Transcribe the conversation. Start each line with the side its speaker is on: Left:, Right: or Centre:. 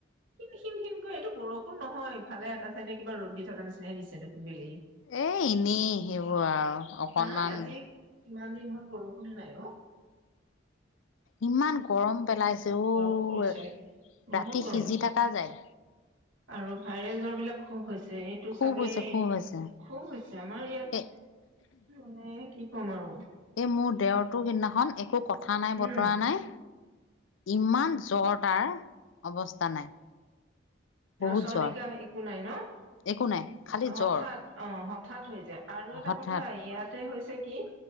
Right: কিন কিনকৈ এইটো বৰষুণ নহয়, ইফালে এটা চাইডে কিবা ৰ'দ দি থকা নিচিনাই দিছে দেখোন বেলি
Left: এ এনেই সেইবোৰ আৰু অকনমান
Right: নাই আজি ইমান দিন হ'ল বৰষুণে নাই অ'।
Left: ইমান গৰম পেলাইছে অ'
Right: গৰম পৰিছে
Left: ৰাতি
Right: বহুত গৰম
Left: সিজি থকা যায়।
Right: আৰু ভাইৰেল জ্বৰ বিলাক খুব হৈছে এই টো
Left: খুব
Right: চাগে
Left: হৈছে খুব হৈছে
Right: খুব হৈছে আমাৰ ইয়াত
Left: এ
Right: মানে কি ক'ম আৰু
Left: এই মোৰ দেওৰটো সেইদিনাখন একো কথা নাই বতৰা
Right: উম
Left: নাই ইমান জ্বৰ তাৰ অৱস্থা নাই। বহুত
Right: অ' চৰ্দি,
Left: জ্বৰ
Right: কাহ একো নাই ন'?
Left: একো নাই খালি
Right: হঠাৎ
Left: জ্বৰ
Right: অ' হঠাৎ হৈ যায় আৰু এটা
Left: হঠাৎ
Right: কথা ইয়াতে হৈছে কি